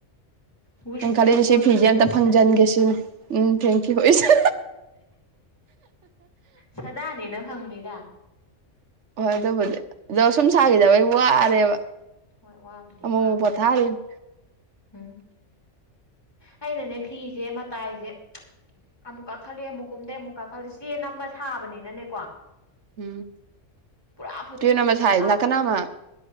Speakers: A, on the left (about 20°); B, on the right (about 70°).
A: ꯋꯤꯁ
B: ꯅꯪ ꯈꯜꯂꯤꯁꯤ
A: ꯌꯨ ꯑꯣꯜ
B: ꯐꯤꯁꯦ
A: ꯗ ꯕꯦꯁ
B: ꯑꯝꯇ ꯐꯪꯖꯟꯒꯦ ꯁꯤꯅꯦ ꯎꯝ ꯊꯦꯡꯀꯤ꯭ꯌꯨ ꯏꯁ
A: ꯁꯥꯗꯥꯅꯦꯅ ꯐꯪꯅꯤꯗ
B: ꯍꯣꯏ ꯑꯗꯨꯕꯨꯗꯤ ꯑꯗꯣ ꯁꯨꯝ ꯁꯥꯈꯤꯗꯕꯩ ꯋꯥꯔꯦꯕ
A: ꯍꯣꯏ ꯋꯥꯕꯨꯗꯤ
B: ꯑꯃꯨꯛ
A: ꯋꯥꯕꯅꯤ
B: ꯑꯃꯨꯛ ꯄꯣꯊꯥꯔꯤꯅꯤ
A: ꯎꯝ ꯑꯩꯅꯅꯦ ꯐꯤꯁꯦ ꯃꯇꯥꯏꯖ‌ꯦ <unintelligible> ꯑꯃꯨꯛ ꯀꯥꯈꯠꯂ‌ꯦ ꯑꯃꯨꯛ ꯀꯨꯝꯗꯩ ꯑꯃꯨꯛ ꯀꯥꯈꯠꯂ‌ꯦ ꯆꯦ ꯅꯝꯃ ꯁꯥꯕꯅꯤꯅꯅꯦꯀꯣ
B: ꯎꯝ
A: ꯄꯨꯔꯥ ꯄꯨꯗ
B: ꯇꯨꯌꯦꯜ ꯑꯃ ꯁꯥꯏ
A: ꯑꯥꯞ
B: ꯅꯥꯀꯟ ꯑꯃ